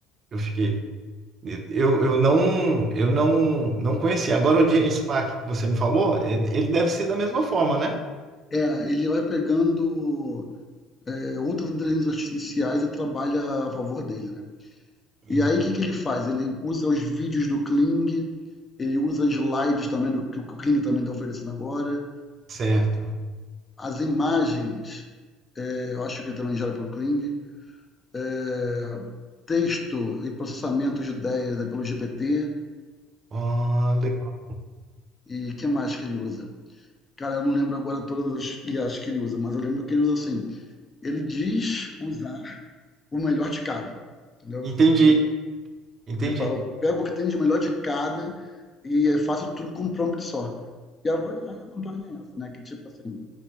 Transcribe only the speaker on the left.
É, ele vai pegando. é, outras inteligências artificiais e trabalha a favor dele, né?
E aí o que, que ele faz? Ele usa os vídeos do Kling, ele usa slides também do que o Kling também está oferecendo agora,
as imagens, é, eu acho que ele também gera pelo Kling, é, texto e processamento de ideias é pelo GPT
e o que mais que ele usa? Cara, eu não lembro agora todas as IAs que ele usa, mas eu lembro que ele usa assim, ele diz usar o melhor de cada, entendeu?
Ele fala, eu pego o que tem de melhor de cada e faço tudo com um prompt só. E a, aí a vantagem é essa, né? Que tipo assim, o